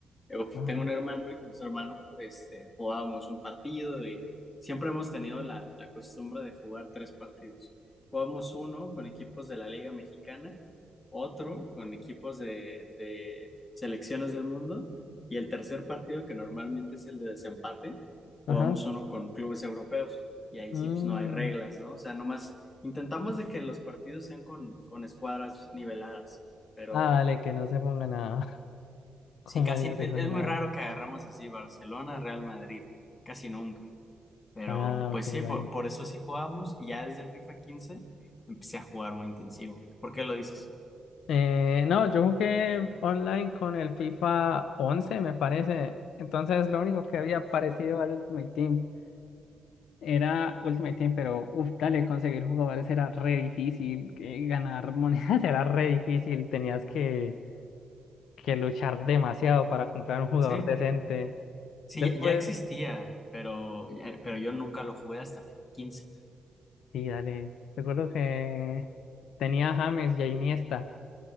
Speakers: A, on the left (about 30°); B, on the left (about 85°).
A: Yo fu-
B: Ajá.
A: tengo un hermano y con ese hermano este, jugábamos un partido y siempre hemos tenido la, la costumbre de jugar tres partidos. Jugamos uno con equipos de la Liga Mexicana, otro con equipos de, de selecciones del mundo y el tercer partido, que normalmente es el de desempate,
B: Ajá.
A: jugamos uno con clubes europeos y ahí
B: Mm.
A: sí pues, no hay reglas, ¿no? O sea, nomás intentamos de que los partidos sean con, con escuadras niveladas, pero...
B: Ah, vale, que no se ponga nada. <laughs> Como
A: Sí, casi
B: niños
A: e-
B: exagerados.
A: es muy raro
B: <laughs>
A: que agarramos así Barcelona, Real Madrid, casi nunca. Pero
B: Ah,
A: pues
B: ok,
A: sí,
B: vale.
A: por, por eso sí jugamos y ya desde el FIFA 15 empecé a jugar muy intensivo. ¿Por qué lo dices?
B: Eh, no, yo jugué online con el FIFA 11 me parece. Entonces, lo único que había parecido al Ultimate Team. Era Ultimate Team, pero uf, dale, conseguir jugadores era re difícil, que ganar monedas <laughs> era re difícil, tenías que, que luchar demasiado para comprar un jugador
A: Sí,
B: decente.
A: sí,
B: Después,
A: ya, ya existía, pero, ya- pero yo nunca lo jugué hasta FIFA 15.
B: sí, dale, recuerdo que tenía a James y a Iniesta,